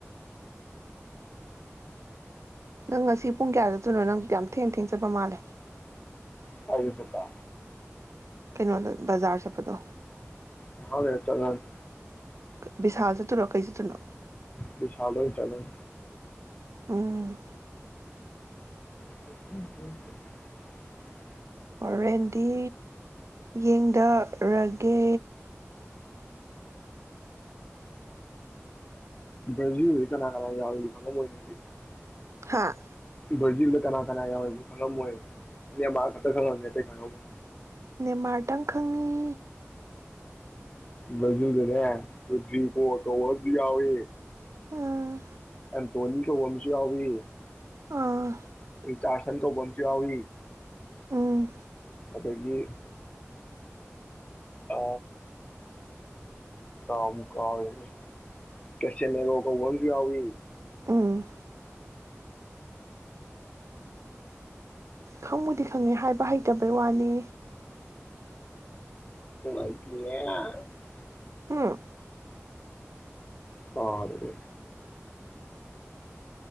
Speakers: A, on the right; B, on the left.
A: ꯅꯪ ꯉꯁꯤ ꯄꯨꯡ ꯀꯌꯥ ꯆꯠꯇꯣꯏꯅꯣ ꯅꯪ ꯌꯥꯝ ꯊꯦꯡ ꯊꯦꯡ ꯆꯠꯄ ꯃꯥꯜꯂꯦ
B: ꯀꯥꯏꯗ ꯆꯠꯄ
A: ꯀꯩꯅꯣꯗꯣ ꯕꯖꯥꯔ ꯆꯠꯄꯗꯣ
B: ꯉꯍꯥꯛ ꯂꯩꯔ ꯆꯠꯂꯅꯤ
A: ꯕꯤꯁꯥꯜ ꯆꯠꯇꯔꯣ ꯀꯩ ꯆꯠꯇꯣꯏꯅꯣ
B: ꯚꯤꯁꯥꯜꯗ ꯑꯣꯢ ꯆꯠꯂꯅꯤ
A: ꯎꯝ
B: <unintelligible>
A: ꯍꯣꯔꯦꯟꯗꯤ ꯌꯦꯡꯗꯔꯒꯦ
B: ꯕ꯭ꯔꯥꯖꯤꯜꯁ ꯀꯅꯥ ꯀꯅꯥ ꯌꯥꯎꯕꯅꯣꯁꯨ ꯈꯪꯉꯂꯝꯃꯣꯏ ꯅꯪꯗꯤ
A: ꯍꯥꯥ
B: ꯕ꯭ꯔꯖꯤꯜꯗ ꯀꯅꯥ ꯀꯅꯥ ꯌꯥꯎꯏꯁꯨ ꯈꯪꯂꯝꯃꯣꯢꯕ ꯅꯦꯃꯥꯔ ꯈꯛꯇ ꯈꯪꯂꯝꯅꯤ ꯑꯇꯩ ꯈꯪꯉꯝꯃꯣꯢ
A: ꯅꯦꯃꯥꯔꯇꯪ ꯈꯪꯉꯤ
B: ꯕ꯭ꯔꯖꯤꯜꯗꯅꯦ ꯔꯨꯇ꯭ꯔꯤ ꯕꯣꯔ ꯀꯧꯕ ꯑꯃꯁꯨ ꯌꯥꯋꯦ
A: ꯎꯝ
B: ꯑꯦꯟꯇꯣꯅꯤ ꯀꯧꯕ ꯑꯃꯁꯨ ꯌꯥꯎꯋꯦ
A: ꯑꯥ
B: ꯔꯤꯆꯥꯁꯟ ꯀꯧꯕ ꯑꯃꯁꯨ ꯌꯥꯎꯏ
A: ꯎꯝ
B: ꯑꯗꯒꯤ ꯑ ꯀꯥꯎꯕꯨ ꯀꯥꯎꯔꯦꯅꯦ ꯀꯦꯆꯦꯂꯦꯔꯣ ꯀꯧꯕ ꯑꯃꯁꯨ ꯌꯥꯎꯏ
A: ꯎꯝ ꯈꯪꯕꯨꯗꯤ ꯈꯪꯉꯦ ꯍꯥꯏꯕ ꯍꯩꯇꯕꯩ ꯋꯥꯅꯦ
B: ꯑꯗꯒꯤꯅꯦ
A: ꯎꯝ
B: ꯇꯥꯔꯦ